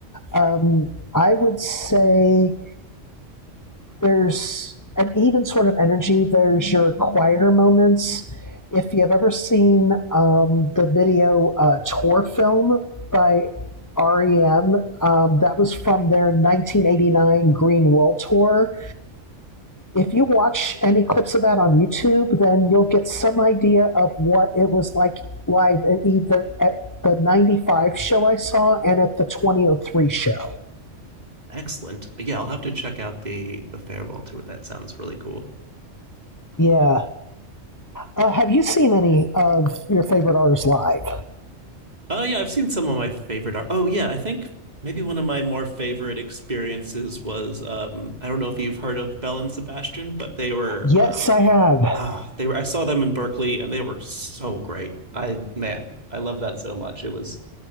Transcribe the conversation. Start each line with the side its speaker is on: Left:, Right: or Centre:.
Left: Um, I would say there's an even sort of energy. There's your quieter moments. If you've ever seen um, the video uh, tour film by REM, um, that was from their 1989 Green World Tour. If you watch any clips of that on YouTube, then you'll get some idea of what it was like live at either at the 95 show I saw and at the 2003 show.
Right: excellent yeah I'll have to check out the the farewell tour that sounds really cool
Left: Yeah. Uh, have you seen any of your favorite artists live?
Right: Oh yeah, I've seen some of my favorite art. Oh yeah, I think maybe one of my more favorite experiences was um I don't know if you've heard of Belle and Sebastian, but they were
Left: Yes,
Right: um
Left: I have.
Right: oh, they were I saw them in Berkeley and they were so great. I man, I love that so much. It was